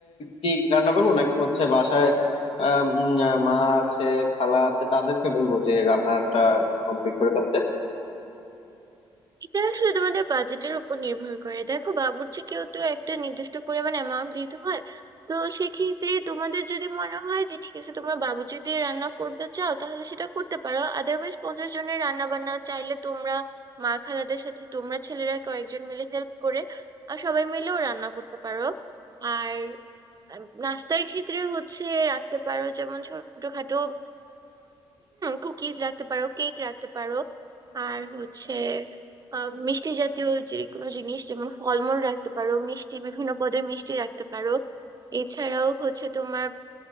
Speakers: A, on the left; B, on the right.
A: কি রান্না করবো নাকি হচ্ছে বাসায় আম, উম, মা আছে খালা আছে তাদেরকে বলবো যে রান্নাটা কমপ্লিট করে ফেলতে
B: এটা আসলে তোমাদের বাজেটের উপর নির্ভর করে দেখো বাবুর্চিকেও তো একটা নির্দিষ্ট পরিমাণ অ্যামাউন্ট দিতে হয় তো সেক্ষেত্রে তোমাদের যদি মনে হয় যে ঠিক আছে তোমরা বাবুর্চি দিয়ে রান্না করতে চাও তাহলে সেটা করতে পারো আদারওয়াইজ পঞ্চাশ জনের রান্না বান্না চাইলে তোমরা মা খালাদের সাথে তোমরা ছেলেরা কয়েকজন মিলে হেল্প করে আর সবাই মিলেও রান্না করতে পারো আর আহ, নাস্তার ক্ষেত্রে হচ্ছে রাখতে পারো যেমন ছোটখাটো কুকিজ রাখতে পারো কেক রাখতে পারো আর হচ্ছে আহ, মিষ্টি জাতীয় যে কোনো জিনিস যেমন ফলমূল রাখতে পারো মিষ্টি বিভিন্ন পদের মিষ্টি রাখতে পারো এছাড়াও হচ্ছে তোমার